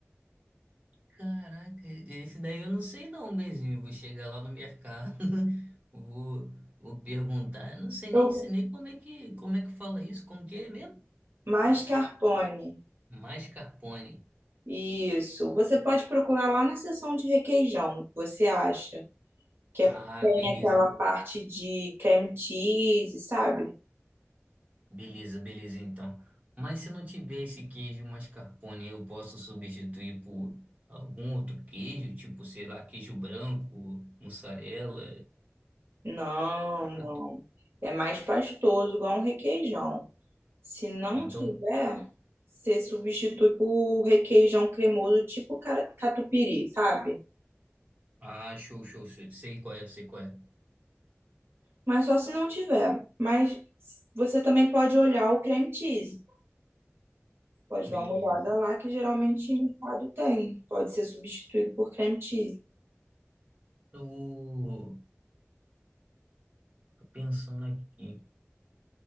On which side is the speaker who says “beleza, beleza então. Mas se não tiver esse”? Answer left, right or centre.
Right